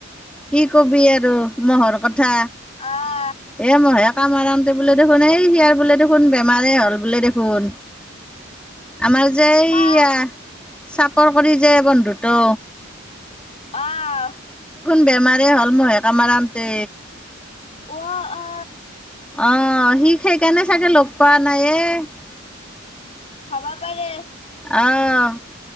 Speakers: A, in the centre; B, on the left.
A: কি কবি আৰু মৰ হৰকত কথা।
B: আহ
A: এ'মইহে কাম আৰামতে বোলে দেখোন এই হিয়াৰ বোলে দেখোন বেমাৰেই হ'ল বোলে দেখোন। আমাৰ যে, এইয়া
B: কাৰ
A: চাপৰ কৰি যে বন্ধুটো
B: অ--হ
A: বেমাৰেই হ'ল মহেকামাৰাতে
B: অ অ
A: অ সি সেইকাৰণে চাগে লগ পোৱা নাইয়ে।
B: হব পাৰে।
A: অ